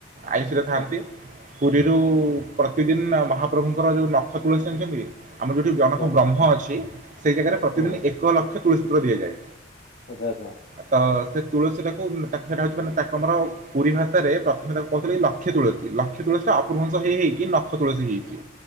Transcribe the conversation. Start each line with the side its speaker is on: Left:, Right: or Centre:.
Right: ଆୟୁଷିରେ
Left: ଆଚ୍ଛା
Right: ଥାଆନ୍ତି। ପୁରୀରୁ ପ୍ରତିଦିନ ମହାପ୍ରଭୁଙ୍କର ଯୋଉ ନଖ ତୁଳସୀ ଯାଣିଛନ୍ତି। ଆମର ଯୋଉଠି ଜଗନ୍ନାଥ
Left: ହଁ
Right: ଙ୍କ ବ୍ରହ୍ମ ଅଛି ସେଇ ଜାଗାରେ ପ୍ରତିଦିନ
Left: ହଁ ହଁ
Right: ଏକ ଲକ୍ଷ ତୁଳସୂତ୍ର ଦିଆଯାଏ।
Left: ଆଚ୍ଛା ଆଛା।
Right: ତ ସେ ତୁଳସୀ ଟାକୁ ତାକୁ ସେଇଟା ହଉଛି ମାନେ ତାକୁ ଆମର ପୁରୀ ଭାଷାରେ ପ୍ରଥମେ ତାକୁ କହୁଥିଲେ ଲକ୍ଷ୍ୟେ ତୁଳସୀ। ଲକ୍ଷ୍ୟେ ତୁଳସୀ ଟା ଅପୂର୍ଭଂସ ହେଇ ହେଇକ ନଖ ତୁଳସୀ ହେଇଛି